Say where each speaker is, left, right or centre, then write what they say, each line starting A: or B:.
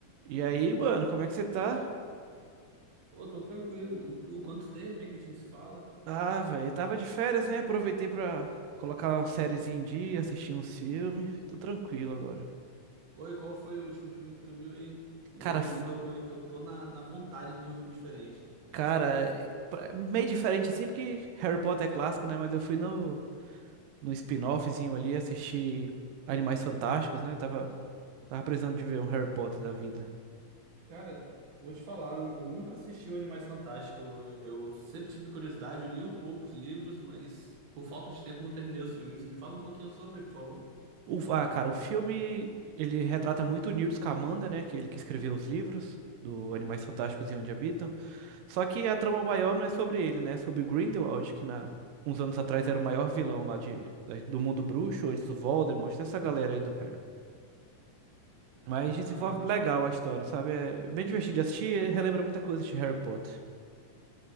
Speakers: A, on the right; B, on the right.
A: E aí, mano, como é que você tá?
B: Pô, tô tranquilo, mano. E tu, quanto tempo é que a gente não se fala?
A: Ah, velho, tava de férias, né? Aproveitei pra colocar uma sériezinha em dia, assistir uns filmes. Tô tranquilo agora.
B: Oi, qual foi o último filme que tu viu aí? Me
A: Cara,
B: recomenda
A: f-
B: algum aí que eu tô na, na vontade de ver um filme diferente.
A: cara, é pra- meio diferente assim, porque Harry Potter é clássico, né? Mas eu fui no, no spin-offzinho ali, assisti Animais Fantásticos, né? Tava, tava precisando de ver um Harry Potter da vida.
B: Cara, vou te falar, eu nunca assisti o Animais Fantásticos. Eu, eu sempre tive curiosidade, eu li um pouco os livros, mas por falta de tempo não terminei os filmes. Me fala um pouquinho sobre, por favor.
A: O, ah, cara, o filme, ele retrata muito o Newt Scamander, né? Que é ele que escreveu os livros do Animais Fantásticos e Onde Habitam. Só que a trama maior não é sobre ele, né? É sobre Grindelwald, que na... uns anos atrás era o maior vilão lá de... da- do mundo bruxo, antes do Voldemort, dessa galera aí do Harry. Mas desenvolve
B: Ah,
A: legal a história, sabe? É bem divertido de assistir, relembra muita coisa de Harry Potter.